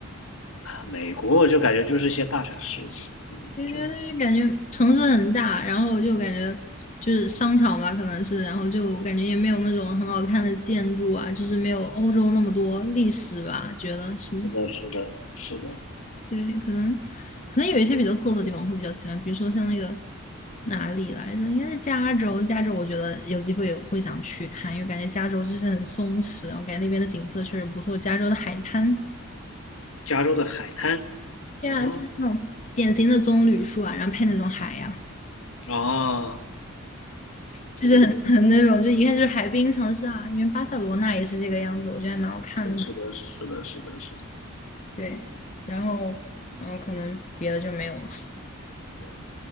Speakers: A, on the left; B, on the left.
A: 美国我就感觉就是一些大城市嘛，你们就，
B: 对对对，
A: 是
B: 就感觉城市很大，然后我就感觉就是商场吧，可能是，然后就感觉也没有那种很好看的建筑啊，就是没有欧洲那么多历史吧，觉得是，
A: 的，是的，是的。
B: 对，可能可能有一些比较特色的地方会比较喜欢，比如说像那个哪里来着，应该是加州，加州我觉得有机会会想去看，因为感觉加州就是很松弛，然后感觉那边的景色确实不错，加州的海滩，
A: 加州的海滩。
B: 对啊，
A: 哦
B: 就是那种典型的棕榈树啊，然后配那种海呀、
A: 哦，
B: 就是很
A: 对对对，
B: <laughs> 很那种，就一看就是海滨城市啊，因为巴塞罗那也是这个样子，我觉得还蛮好看的，嘛。
A: 是的，是的，是的，是的。
B: 对。然后，然后可能别的就没有了。